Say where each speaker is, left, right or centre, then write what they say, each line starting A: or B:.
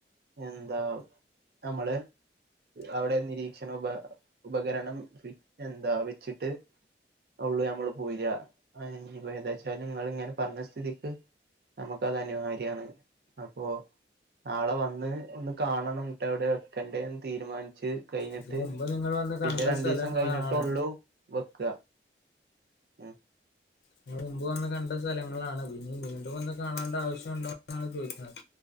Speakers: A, on the right; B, on the left.
A: എന്താ നമ്മൾ അവിടെ നിരീക്ഷണ ഉപ ഉപകരണം എന്താ വച്ചിട്ട് ഉള്ളൂ നമ്മൾ പോര്യ ഇപ്പോ ഏന്താച്ചാലും നിങ്ങൾ ഇങ്ങനെ പറഞ്ഞ സ്ഥിതിക്ക് നമ്മുക്ക് അത് അനിവാര്യാണ്, അപ്പോ നാളെ വന്ന് ഒന്ന് കാണ് വന്ന് എവിടെ വെക്കേണ്ടേന്ന് തീരുമാനിച്ച്. കഴിഞ്ഞിട്ട്
B: ഇത് മുമ്പ് നിങ്ങൾ വന്ന്
A: പിന്നെ
B: കണ്ട
A: രണ്ടു
B: സ്ഥലങ്ങളാണ്
A: ദിവസം കഴിഞ്ഞിട്ടള്ളൂ വെക്ക്യ. ഉ
B: നിങ്ങൾ മുമ്പ് വന്ന് കണ്ട സ്ഥലങ്ങളാണ് പിന്നെ വീണ്ടും വന്ന് കാണേണ്ട ആവശ്യംമുണ്ടോ എന്നാണ് ചോദിക്കുന്നത്.